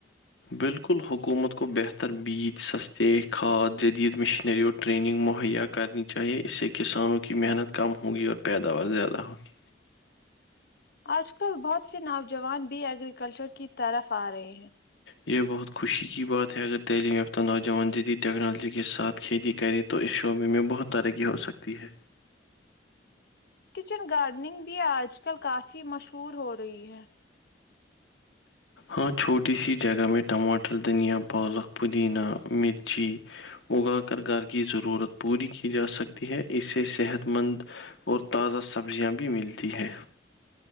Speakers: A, on the left; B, on the left.
A: بالکل حکومت کو بہتر بچ سستتے کھاد جدید مشنری اور ریننگ مہیا کرنی چاہیے اس سے کسانوں کی محنت کم ہوگی اور پیداوار زیادہ ہوگی
B: آج کل بہت سے نوجوان بھی ایگریکلچر کی طرف آ رہے ہیں
A: یہ بہت خوشی کی بات ہے اگر تعلیم یافتہ نوجوان جدید ٹیکنالوجی کے ساتھ کھیتی کرے تو اس شعبے میں بہت ترقی ہو سکتی ہے
B: کچن گارڈننگ بھی آج کل کافی مشہور ہو رہی ہے
A: ہاں چھوٹی سی جگہ میں ٹماٹر دھنیا پالک پودینہ مرچی اگا کر گھر کی ضرورت پوری کی جا سکتی ہے اس سے صحت مند اور تازہ سبزیاں بھی ملتی ہیں